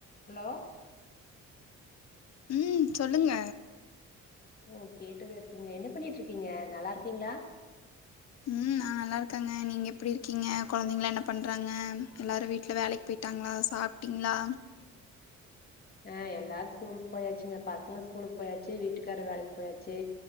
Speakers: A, on the left; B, on the left.
A: hello
B: ம் சொல்லுங்க
A: ஓ கேட்டுதா இருக்கீங்க என்ன பண்ணிட்டு இருக்கீங்க நல்லா இருக்கீங்களா
B: ம் நான் நல்லா இருக்கேங்க நீங்க எப்டி இருக்கீங்க கொழந்தைங்களா என்ன பண்றாங்க எல்லாரும் வீட்ல வேலைக்கு போயிட்டாங்களா சாப்டிங்ளா
A: ஆ எல்லாரும் ஸ்கூலுக்கு போயாச்சுங்க பசங்க ஸ்கூலுக்கு போயாச்சி வீட்டுக்காரு வேலைக்கு போயாச்சி